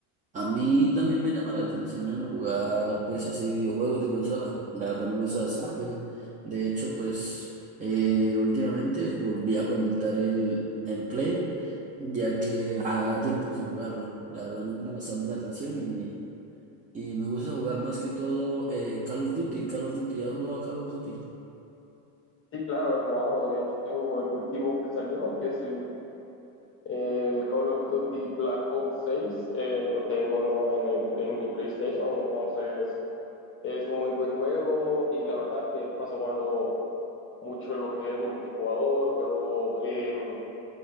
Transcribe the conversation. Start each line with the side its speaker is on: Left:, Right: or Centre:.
Right: A mí también me llama la atención el jugar, pues, así videojuegos de consola. La verdad me gusta bastante. De hecho, pues, eh, últimamente volví a conectar el, el Play, ya que ya Ah, tiempo sin jugarlo. La verdad me llama bastante la atención y, y me gusta jugar más que todo eh, Call of Duty. Call of Duty, ¿has jugado Call of Duty?
Left: Sí, claro, he jugado. De hecho, tengo el último que salió, que es el El Call of Duty Black Ops 6 eh, lo tengo, ¿no? en el, en mi PlayStation, entonces es un muy buen juego y la verdad que paso jugando mucho lo que es multijugador, juego en,